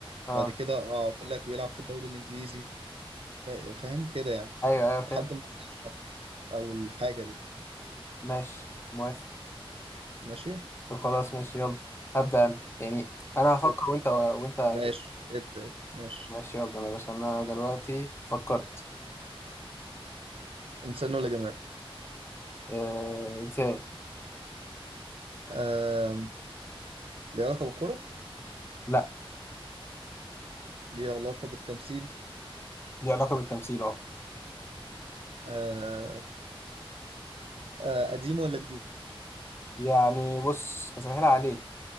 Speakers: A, on the left; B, on the right.
A: آه.
B: بعد كده آه، اقول لك بيلعب في الدوري الانجليزي فا- فاهم كده يعني
A: ايوه ايوه فهمت
B: لحد ما اوصل للشخص او الحاجه دي
A: ماشي موافق
B: ماشي
A: طب خلاص ماشي يلا هبدا انا يعني انا هفكر
B: ابدا
A: وانت وانت
B: ماشي
A: كده
B: ابدا ابدا ماشي
A: ماشي يلا انا بس انا دلوقتي فكرت
B: انسان ولا جماد
A: آه، انسان
B: آم، ليه علاقه بالكره
A: لا
B: ليه علاقه بالتمثيل
A: ليه علاقه بالتمثيل اهو
B: آه، آه، قديم ولا جديد
A: يعني بص هسهلها عليك